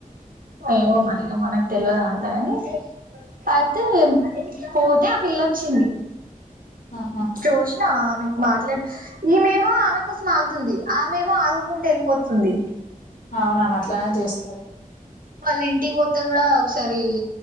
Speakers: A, on the right (about 80°); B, on the left (about 75°).
A: ఏమో మరిగ మనకి తెల్వద్ అదంత గని అతే పోతే ఆ పిల్లొచ్చింది
B: ఆహా
A: చూసిన ఆమె మాట్లాడి ఈమేమో ఆమె కోసం ఆగుతుంది ఆ మేమో ఆగుకుండ వెళ్ళిపోతుంది తుంది
B: అవునా ఆమె అట్లనే చేస్తాది
A: వాళ్ళ ఇంటికి పోతే కూడా ఒకసారి